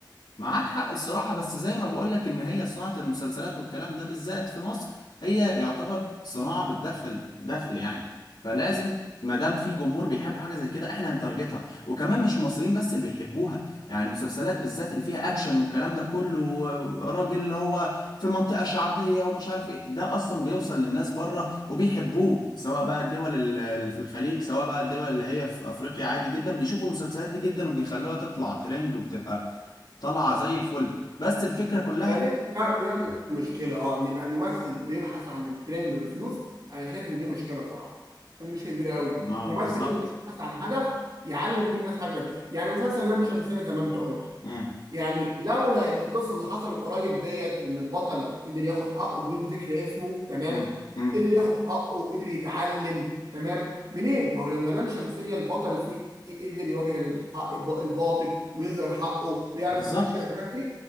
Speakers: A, on the left (about 75°); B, on the right (about 60°).
A: معاك حق الصراحة بس زي ما بقولك إن هي صناعة المسلسلات والكلام ده بالذات في مصر هي يعتبر صناعة بتدخل دخل يعني فلازم ما دام في جمهور بيحبوا حاجة زي كده احنا هنتارجتها وكمان مش مصريين بس اللي بيحبوها يعني المسلسلات بالذات اللي فيها أكشن والكلام ده كله راجل اللي هو في منطقة شعبية ومش عارف ايه ده أصلا بيوصل للناس بره وبيحبوه سواء بقى الدول ال- اللي في الخليج سواء بقى الدول اللي هي في أفريقيا عادي جدا بيشوفوا المسلسلات دي جدا وبيخلوها تطلع ترند وبتبقى طالعه زي الفل بس الفكره كلها
B: يعني دي ده بيعمل مشكلة اه ان يبقى الممثل بيبحث عن الترند والفلوس انا شايف ان دي مشكلة صراحة دي مشكلة كبيرة قوي
A: ما
B: الممثل
A: ما بالظبط
B: لازم يبحث عن هدف يعلم بيه الناس حاجة يعني مسلسل لام شمسية زي ما انت قلت
A: امم
B: يعني لولا ان القصه اللي حصلت قريب ديت وان البطل قدر ياخد حقه بدون ذكر اسمه تمام
A: امم امم
B: قدر ياخد حقه قدر يتعلم تمام منين ما هو لما لام شمسيه البطل فيه قدر يواجه الحق الب- الباطل ويظهر حقه ويعرف
A: بالظبط
B: ان في مشكله فكان في